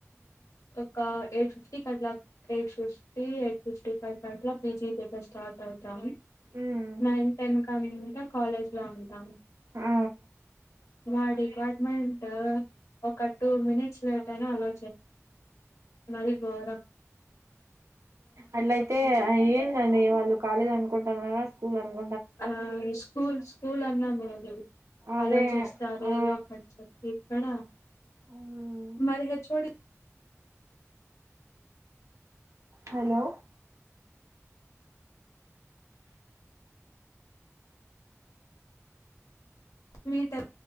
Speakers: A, on the left (about 85°); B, on the right (about 75°).
A: ఒక ఎయిట్ ఫిఫ్టీ కి అట్లా eight fifty eight fifty five కి అట్లా పీజీ దగర స్టార్ట్ అవుతాము
B: ఉమ్
A: నైన్ టెన్ కాంత కాలేజ్ లో ఉంటాం
B: ఆ
A: మా డిపార్ట్మెంట్ ఒక టూ మినిట్స్ లేట్ అయినా అలో మరి గోరం
B: అట్లాతే ఎంది అండీ వాళ్ళకు కాలేజ్ అనుకుంటన్నారా స్కూల్ అనుకు
A: ఆ స్కూల్ స్కూల్ అన్న బగుండేధి
B: అదే
A: అల్లో చేస్తారు
B: ఆ
A: ఏదో ఒకటి చెప్పి ఇక్కడ
B: ఉమ్
A: మరిగా చూడి
B: హలో
A: మీటర్